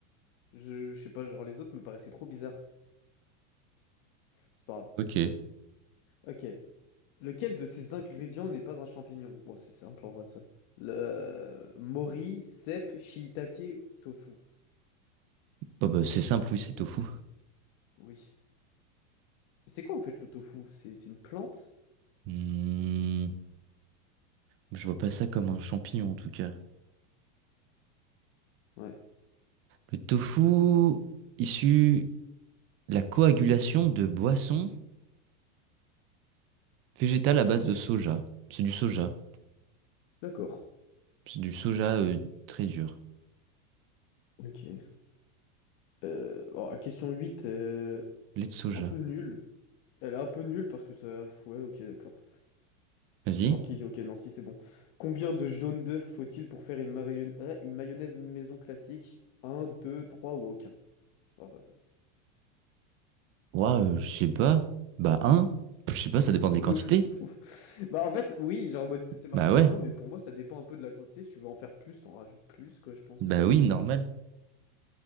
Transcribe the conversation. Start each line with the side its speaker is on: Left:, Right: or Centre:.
Left: je, je sais pas, genre les autres me paraissaient trop bizarres. C'est pas grave.
Right: Ok.
Left: Ok. Lequel de ces ingrédients n'est pas un champignon? Bon, c'est simple en vrai ça. Le mori, cèpe, shiitake, tofu.
Right: Bah, bah, c'est simple, oui, c'est tofu.
Left: Oui. Mais C'est quoi en fait le tofu? C'est c'est une plante?
Right: Hmm, je vois pas ça comme un champignon, en tout cas.
Left: Ouais.
Right: Le tofu, issu de la coagulation de boissons végétales à base de soja. C'est du soja.
Left: D'accord.
Right: C'est du soja euh, très dur.
Left: Ok. Euh, alors, la question 8, euh,
Right: Lait de soja.
Left: un peu nulle. Elle est un peu nulle parce que ça... Ouais, ok, d'accord.
Right: Vas-y.
Left: Enfin si, ok, non, si, c'est bon. Combien de jaunes d'œufs faut-il pour faire une, marion- euh, une mayonnaise maison classique? Un, 2, 3 ou aucun? Alors, euh,
Right: Waouh, je sais pas. Bah, un. Je sais pas, ça dépend des
Left: Oui,
Right: quantités.
Left: <laughs> Bah en fait oui genre en mode, c'est marqué
Right: Bah ouais.
Left: un mais pour moi ça dépend un peu de la quantité si tu veux en faire plus t'en rajoutes plus quoi je pense
Right: Bah oui, normal.